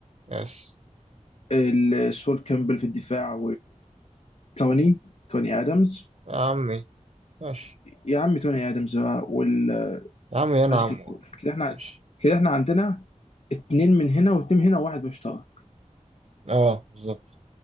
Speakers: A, on the right; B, on the left.
A: يس
B: ال- سول كامبل في الدفاع وتوني توني ادمز
A: يا عمي ماشي
B: يا عم توني ادمز بقى، وال
A: يا عمي انا
B: اشلي
A: عمو
B: كول
A: والله
B: كده احنا
A: ماشي
B: كده احنا عندنا اتنين من هنا واتنين من هنا وواحد مشترك
A: اه بالظبط